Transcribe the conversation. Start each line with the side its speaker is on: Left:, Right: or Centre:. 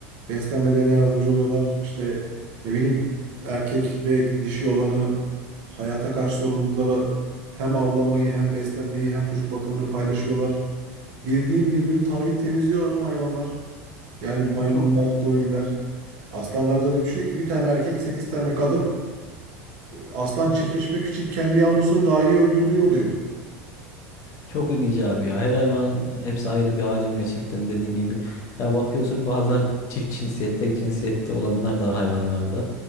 Right: beslenmelerine yardımcı oluyorlar. İşte ne bileyim erkek ve dişi olanı hayata karşı sorumluluklara hem avlanmayı hem beslenmeyi hem çocuk bakımını paylaşıyorlar. Bildiğin birbirini tarayıp temizliyorlar ama hayvanlar. Yani maymunlar,
Left: Çok
Right: goriller. Aslanlarda öyle bir şey yok ki bir tane erkek, sekiz tane kadın. Aslan çiftleşmek için kendi yavrusunu dahi öldürdüğü oluyor.
Left: Çok ilginç abi ya. Her hayvanın hepsi ayrı bir alem gerçekten dediğin gibi. Ya bakıyorsun bazıları çift cinsiyette tek cinsiyette olanlar da var hayvanlarda.